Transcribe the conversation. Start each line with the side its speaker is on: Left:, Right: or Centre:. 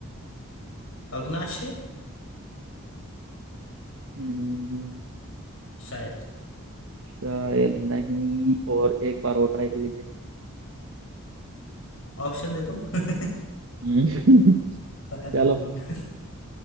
Left: अग्नाशय
Right: हम्म,
Left: शायद
Right: शायद नहीं और एक बार और ट्राई कर लीजिए
Left: ऑप्शन दे दो <laughs>
Right: हम्म, <laughs>
Left: पता कर
Right: चलो
Left: लूंगा मैं।